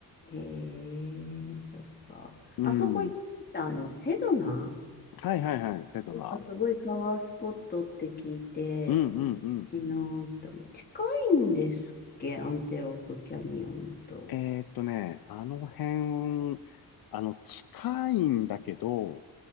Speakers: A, on the left; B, on the left.
A: ん。へえ、そっか。
B: うん。
A: あそこ行きました。あの、セドナ
B: はいはいはい、セドナ。
A: なんかすごいパワースポットって聞いて、
B: うんうんうん。
A: 行きたいなーって思う。近いんですっけアンテロープキャニオンと。
B: えーっとね、あの辺、あの、近いんだけど、